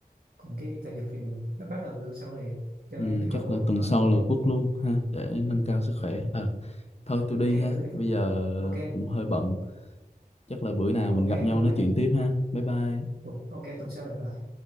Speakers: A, on the right; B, on the left.
A: còn cái tài vật thì mình bắt bắt đầu từ tuần sau liền chơi
B: ừ,
A: pickleball
B: chắc là tuần
A: ờ,
B: sau là quất luôn ha để nâng
A: ừ.
B: cao sức khỏe ờ thôi tôi
A: ok
B: đi ha
A: để tôi đẹp
B: bây giờ
A: ok
B: cũng hơi bận chắc là bữa nào mình
A: ok
B: gặp nhau
A: bye bye
B: nói chuyện tiếp ha bye bye
A: Ừ, ok tuần sau gặp lại